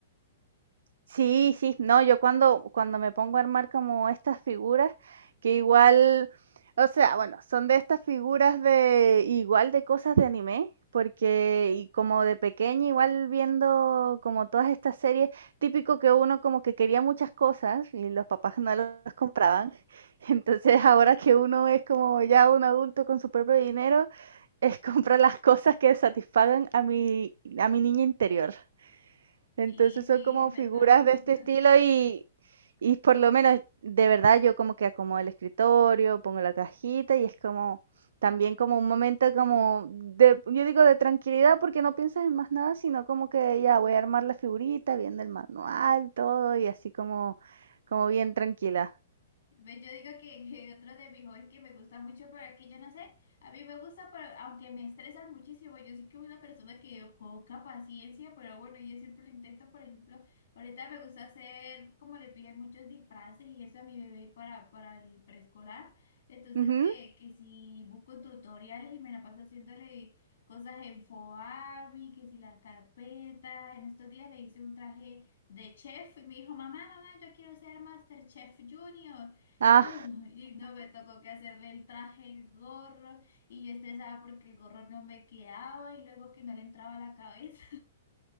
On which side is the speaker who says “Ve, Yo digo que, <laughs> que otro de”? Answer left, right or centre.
Left